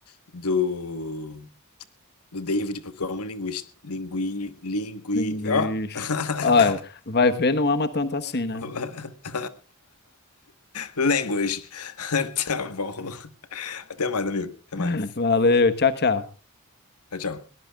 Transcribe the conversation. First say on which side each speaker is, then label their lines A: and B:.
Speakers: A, on the left; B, on the left.
A: do, do David, porque eu amo linguista. Lingui, lingui,
B: Minguiche.
A: ó. <laughs>
B: Olha, vai ver, não ama tanto assim, né?
A: <laughs> Language. <laughs> Tá bom. Até mais, amigo. Até mais.
B: <laughs> Valeu, tchau, tchau.
A: Tchau, tchau.